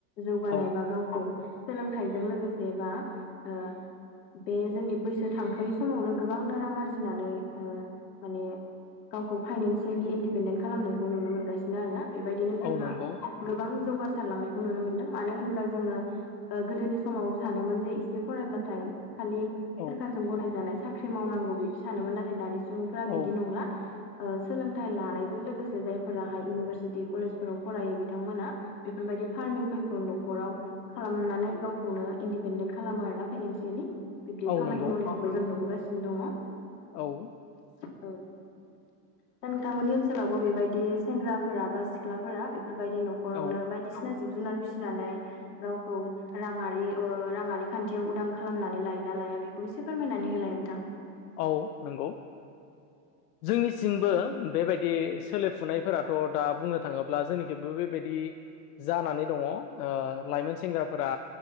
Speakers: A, on the left; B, on the left.
A: जौगानाय
B: औ
A: बा गावखौ सोलोंथाइजों लोगोसे बा ओ बे जोंनि बैसो थांथ'यै समावनो गोबांनो रां आरजिनानै ओ‌ माने गावखौ फाइनन्सियेलि इन्डपेडेन्ट खालामनायखौ नुनो मोनगासिनो। बिनो आरोना बेबायदिनो जोंहा
B: औ नंगौ
A: गोबां जौगासारलांनायखौ नुनो मोनदों मानो होनब्ला जोङो गोदोनि समाव सानोमोन जे एसे फरायब्लाथाय खालि
B: औ
A: सोरखारजों गनायजानाय साख्रि मावनांगौ बिदि सानोमोन नाथाय दानि सुबुंफ
B: औ
A: बिदि नंला। ओ सोलोंथाइ लानायजों लोगोसे जायफोराहाय इउनिभारसिटि कलेजफोराव फरायो बिथांमोना बेफोरबायदि फार्मिंफोरखौ न'खराव खालामनानै गावखौनो इन्दिपेन्डेन्ट खालामो आरो ना फाइनेन्सियेलि। बिब्दि
B: औ
A: खामानि
B: नंगौ
A: मावनायखौबो जों नुबोगासिनो दङ।
B: औ <inaudible>
A: औ दा नोंथामोननि ओनसोलावबो बेबायदि सेंग्राफोरा बा सिख्लाफोरा बेफोरबायदि न' खरावनो
B: औ
A: बायदिसिना जिब जुनार फिसिनानै गावखौ राङारि ओ राङारि खान्थियाव उदां खालामनानै लायोना लाया बेखौ एसे फोरमायनानै होलाय नोंथां।
B: औ नंगौ जोंनिथिंबो बेबायदि सोलेर फुनायफोराथ' दा बुंनो थाङोब्ला जोंनिखिबो बेबायदि जानानै दङ ओ लाइमोन सेंग्राफोरा